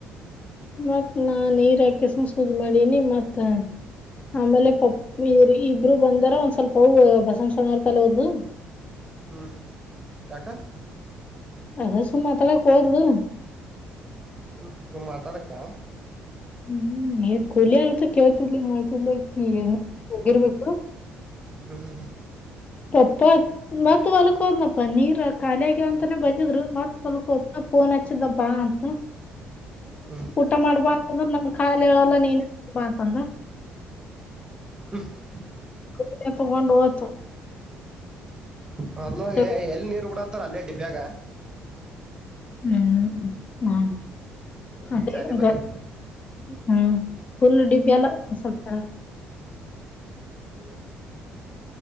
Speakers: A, on the left; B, on the right.
A: ಮತ್ತ ನಾನ್ ನೀರ ಹಾಕೆಸನ್ ಸುದ್ದ ಮಾಡನಿ ಮತ್ತ. <inaudible> ಆಮೇಲೆ ಕಂಪನಿ ಇವರ ಇಬ್ರು ಬಂದಾರ ಒಂದ್ ಸ್ವಲ್ಪ ಅವರು ಬಸಣ್ ಸ್ವಾಮಿ ಹಂತಲ್ಲಿ ಹೋದ್ಲು. <inaudible>
B: ಹ್ಮ್ ಯಾಕ. <inaudible>
A: <inaudible> ಅದ ಸುಮ್ಮ ಮಾತಡಕ್ಕ ಹೋದ್ಲು.
B: ಹ್ಮ್ ಸುಮ್ಮ ಮಾತಾಡಕ್ಕ. <inaudible>
A: <inaudible> ಹ್ಮ್ ಏನ್ ಕೂಲಿ ಆಳ ಅಂತ ಕೇಳ್ತಿದ್ಲಿನ್ ಮಾಡತ್ತಿದಲ್ಲ ಆಕೀ ಹೋಗಿರ್ಬೇಕ.
B: ಹ್ಮ್. <inaudible>
A: ಪಪ್ಪ ಮತ್ ಹೊಲ್ಕೋದ್ನಪ್ಪ ನೀರ್ ಖಾಲಿ ಆಗ್ಯಾವ ಅಂತಾನೇ ಬಂದಿದ್ರು ಮತ್ ಹೊಲ್ಕ್ ಹೋದ ಪಾ ಫೋನ್ ಹಚ್ಚಿದ್ದ್ ಬಾ ಅನ್
B: ಹ್ಮ್
A: ಊಟಾ ಮಾಡಬಾ ಅಂದ್ರ ನನ್ ಕಾಲೇಳಲ್ಲ ನೀನೇ ತಗಂಬಾ ಅಂತದ್
B: <unintelligible>
A: <unintelligible> ತಗೊಂಡ ಹೋತು
B: ಹಲೋ
A: ಚಲೋ
B: ಎಲ್ಲಿ ನೀರ್ ಬಿಡಾತ್ತಾರ ಅಲ್ಲೇ ಡಿಬ್ಬ್ಯಾಗ
A: ಹ್ಮ್ ನಾನ್ <unintelligible>
B: ಜಾಲಿ ಬಲಿ
A: ಹ್ಮ್ ಫುಲ್ಲ ಡಿಬ್ಬಿ ಅಲ್ಲ ಸ್ವಲ್ಪ
B: ಹ್ಮ್